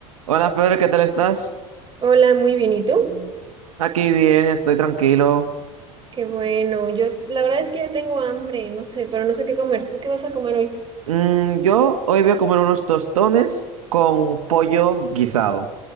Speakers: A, on the right; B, on the right.
A: Hola Fer, ¿qué tal estás?
B: Hola, muy bien. ¿Y tú?
A: Aquí bien, estoy tranquilo.
B: Qué bueno. Yo, la verdad es que ya tengo hambre, no sé, pero no sé qué comer. ¿Tú qué vas a comer hoy?
A: Mm, yo hoy voy a comer unos tostones con pollo guisado.